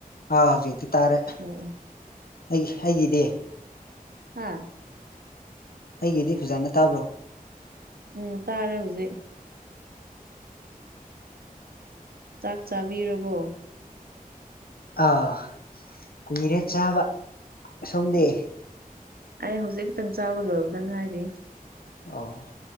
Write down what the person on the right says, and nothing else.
ꯑꯣ ꯑꯣ
ꯍꯥꯥ
ꯎꯝ ꯇꯥꯔꯦ ꯍꯨꯖꯤꯛ꯫ ꯆꯥꯛ ꯆꯥꯕꯤꯔꯕꯣ?
ꯑꯦ ꯑꯦ ꯑꯩ ꯍꯧꯖꯤꯛ ꯈꯤꯛꯇꯪ ꯆꯥꯕ ꯂꯣꯏꯕꯗ ꯉꯥꯏꯔꯤ꯫